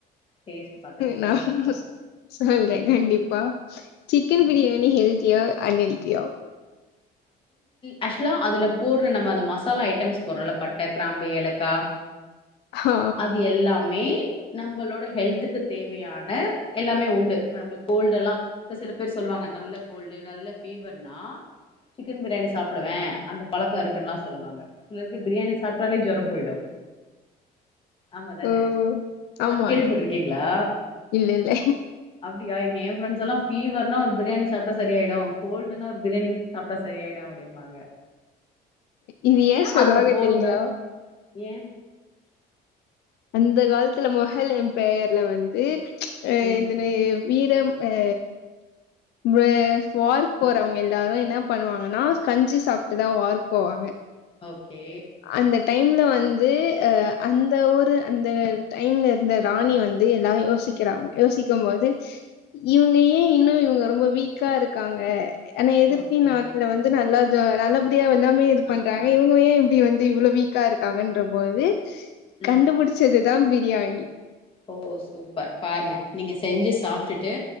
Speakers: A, on the left (about 30°); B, on the left (about 75°).
A: டேஸ்ட் பாத்துட்டு
B: நா
A: சொல்லணு
B: மிஸ் சொல்றே
A: ம்
B: கண்டிப்பா சிக்கன்
A: ம்
B: பிரியாணி ஹெல்தியா அன்ஹெல்தியா
A: ஆக்சுவ்லா அதுல போட்ற நம்ம அந்த மசாலா ஐட்டம்ஸ் போட்றோல பட்ட கிராம்பு ஏலக்கா
B: ஆ
A: அது எல்லாமே நம்மளோட ஹெல்த்துக்கு தேவையான எல்லாமே உண்டு இப்ப நம்ம கோல்டு எல்லா இப்ப சில பேர் சொல்லுவாங்க நல்ல கோல்டு நல்ல ஃபீவர்னா சிக்கன் பிரியாணி சாப்டுவே அந்த பழக்க இருக்குன்லா சொல்லுவாங்க சிலருக்கு பிரியாணி சாப்ட்டாலே ஜொர போயிடு உ ஆமா தான
B: ஓ ஆமாங்க
A: அது கேள்வி பட்டுருக்கீங்களா
B: இல்ல இல்ல
A: அப்டியா ஏ ஃரெண்ட்ஸ் எல்லா ஃபீவர்னா ஒரு பிரியாணி சாப்பிட்டா சரியாயிடு கோல்டுன்னா ஒரு பிரியாணி சாப்ட்டா சரி ஆயிடு அப்டிம்பாங்க
B: இது ஏ
A: ஏன்னா
B: சொல்லுவாங்க
A: அதுல போட்ற
B: தெரியுங்களா
A: ஏ
B: அந்த காலத்துல மொஹல் எம்பயர்ல வந்து எ
A: ம்
B: இந்தனு வீரம் அ வெ வார்க் போறவங்க எல்லாரு என்ன பண்ணுவாங்கன்னா கஞ்சி சாப்பிட்டுதா வார்க்கு போவாங்க
A: ஓகே
B: அந்த டைம்ல வந்து அ அந்த ஊரு அந்த டைம்ல இருந்த ராணி வந்து எல்லாரு யோ யோசிக்கிறாங் யோசிக்கும் போது இவங்க ஏ இன்னு இவங்க ரொம்ப வீக்கா இருக்காங்க ஆனா எதிர்ரி
A: ஓகே
B: நாட்டுல வந்து நல்லாது நல்லபடியா எல்லாமே இது பண்றாங்க
A: ஆ ஆ
B: இவங்க ஏ து வந்து இவ்ளோ வீக்கா இருக்காங்கன்ற போது
A: ம்
B: கண்டுபிடிச்சது தா பிரியாணி
A: ஓ சூப்பர் பாருங்க நீங்க செஞ்சு சாப்பிட்டுட்டு